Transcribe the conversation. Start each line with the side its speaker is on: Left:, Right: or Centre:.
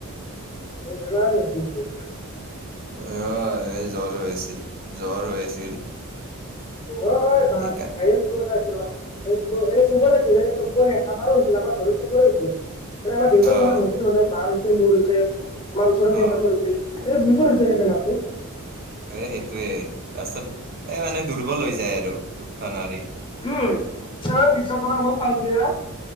Left: অ'বেমাৰ নেকি তোমাৰ?
Right: অ' এই জ্বৰ হৈছিল, জ্বৰ হৈ আছিল।
Left: অ' হয়, ভাই
Right: সেইকা
Left: ভাইৰেল জ্বৰ, কাহ। এই চবৰে হৈছিল, এই চবৰে, আমাৰো হৈছিল, আমাৰ ঘৰত চবৰে হৈছিল। মানে আমাৰ দেউতাৰ
Right: অ'
Left: হোৱা নাই, ভণ্টিৰ হোৱা নাই, বাৰ হৈছে, মোৰ হৈছে, আমাৰ ওচৰৰ কেম্পাছৰ
Right: অ'
Left: হৈছিল। এ বহুতৰ হৈছে এই বেমাৰটো।
Right: এ সেইটোয়ে, লাষ্টত এ মানে দুৰ্বল হৈ যায় আৰু উঠিব নোৱাৰি।
Left: উম, <unintelligible> বিশ্বকৰ্মা <unintelligible> পাচদিনা।